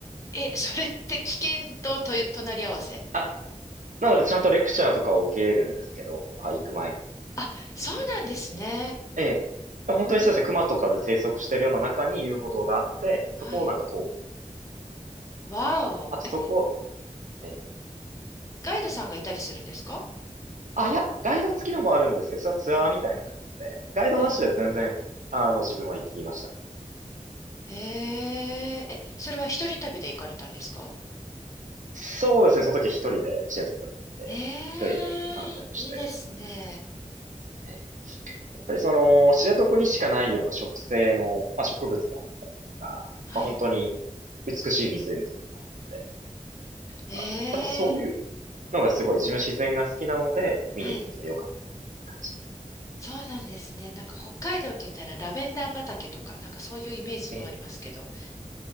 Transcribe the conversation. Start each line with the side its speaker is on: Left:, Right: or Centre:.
Left: え、<laughs> それって危険と、と、隣り合わせ
Right: あなので、ちゃんとレクチャーとかを受けるんですけど、はい、行く前に。
Left: あ、そうなんですね。
Right: ええ。
Left: おー、
Right: 本当にそうですね、熊とかで生息してるような中に遊歩道があって、そこをなんか通っていく
Left: はい。わお。
Right: か。あとそこ、
Left: え、
Right: ええ。
Left: ガイドさんがいたりするんですか
Right: あ、いや、ガイド付きのもあるんですけど、それはツアーみたいな感じで、ガイドなしで全然、
Left: はい。
Right: あの、自分は行きましたね。
Left: へえ、え、それは一人旅で行かれたんですか
Right: そうですね、その時は一人で知床に行って、
Left: ええ、
Right: 一人で散策してですね。
Left: いいですね。
Right: ええやっぱりその、知床にしかないような植生の、まあ、植物であったりとか、
Left: はい。
Right: まあ、本当に美しい湖とかがあって、か、
Left: ええ、
Right: やっぱそういうのがすごい自分自然が好きなので、見に行ってすごい良かったっていう感じです。
Left: はい。そうなんですね。なんか北海道って言ったらラベンダー畑とか、なんかそういうイメージもありますけど、
Right: ええ、